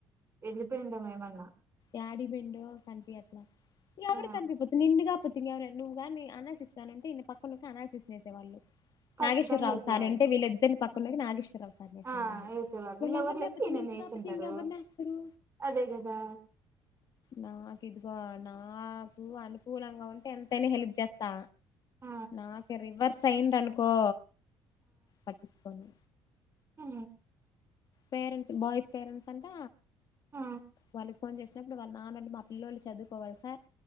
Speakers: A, on the right; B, on the left.
A: వెళ్ళిపోయిండెం ఏమన్నా
B: డా బెం కనిపి ఎవరు
A: ఆ
B: కనిపిపోతు నింగా <unintelligible> ఇంకవనా నువ్వు కానీ అనాల్సిస్తానంటే ఇన్ని పక్క నుే అనాల్సిినేసేవాళ్ళు <unintelligible>
A: ఖచ్చితంగా
B: నాగేశ్వరరావు
A: వేసేవాళ్ళు
B: సార్ అంటే వీళ్ళిద్దరిని పక్కనకి నాగేశ్వ ఇద్దరు ఒక సారి చేసేవాళ్ళు
A: ఆ వేసేవాళ్ళు
B: వాళ్ళు
A: ఇంకెవరు
B: ఎవరూ
A: లెక్క
B: లేకపోతే
A: ఈయనని
B: నిన్ను
A: వేసింటారు
B: కాకపోతే ఇంగ ఎవరిని వేస్తారు
A: అదే కదా
B: నా కిదిగో నాకు అనుకూలంగా ఉంటే ఎంతైనా హెల్ప్ చేస్తా
A: ఆ
B: నాకు రివర్స్ అయింది అనుకో పట్టించుకోను
A: హ
B: పేరెంట్స్ బాయ్స్ పేరెంట్స్ అంట
A: ఆ
B: వాళ్ళకి ఫోన్ చేసినప్పుడు వాళ్ళ నాన్న మా పిల్లోళ్ళు చదువుకోవాలి సార్